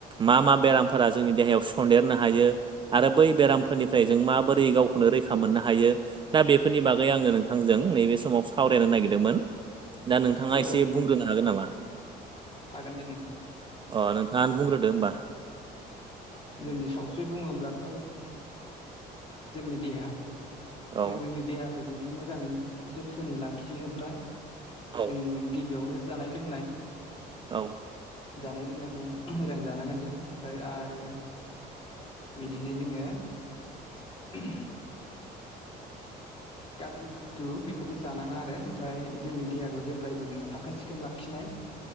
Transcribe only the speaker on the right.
मा मा बेरामफोरा जोंनि देहायाव सनदेरनो हायो आरो बै बेरामफोरनिफ्राय जों माबोरै गावखौनो रैखा मोननो हायो दा बेफोरनि बागै आङो नोंथांजों नैबे समाव सावरायनो नागिरदोंमोन। दा नोंथाङा
एसे
बुंग्रोनो हागोन नामा
अ नों थाङानो बुंग्रोदो ओमबा
औ
औ
औ